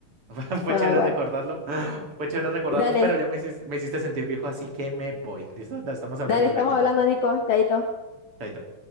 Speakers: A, on the right; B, on the left.
A: <laughs> fue
B: Bueno,
A: chévere
B: igual.
A: recordarlo, <laughs> fue chévere recordarlo,
B: Dale,
A: pero ya me hiciste, me hiciste sentir viejo, así que me voy. ¿Listo? Estamos hablando
B: dale, estamos
A: luego.
B: hablando, Nico. Chaito.
A: Chaito.